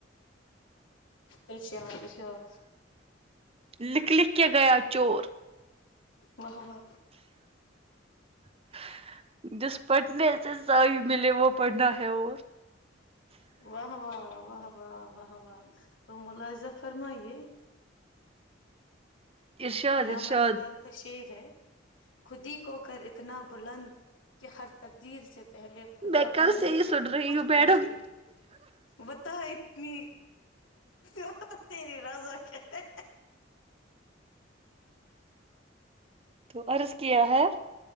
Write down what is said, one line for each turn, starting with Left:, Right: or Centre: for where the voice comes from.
Left: اشار اشار
Right: لک لکھ کیا گیا چور
Left: واہ واہ
Right: <inaudible> جس پڑھنے سے ضائ ملے وہ پڑھنا ہے اور
Left: واہ واہ واہ واہ واہ تو ملا زفرمائیے
Right: ارشاد
Left: علامہ
Right: ارشاد
Left: اقبال کا شیر ہے خود ہی کو کر اتنا بلند کہ ہر تقدیر سے پہلے خدا
Right: میں کل
Left: بندے
Right: ہی
Left: سے
Right: سن رہی
Left: خود
Right: ہوں میڈم
Left: پوچھے بتا اتنی وہ تو تری رضا کیا
Right: تو عرض کیا ہے